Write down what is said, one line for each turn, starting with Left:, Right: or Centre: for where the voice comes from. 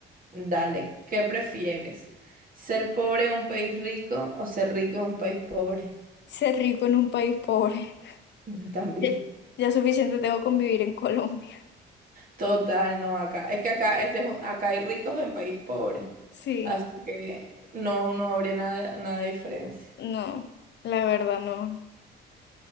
Right: Dale, ¿qué prefieres? ¿Ser pobre en un país rico o ser rico en un país pobre?
Left: Ser rico en un país pobre.
Right: Yo también.
Left: Ya, ya suficiente tengo con vivir en Colombia. <laughs>
Right: Total, no acá. Es que acá, este es un- acá hay ricos en país pobre.
Left: Sí,
Right: Así que no, no habría nada, nada de diferencia.
Left: no, la verdad no.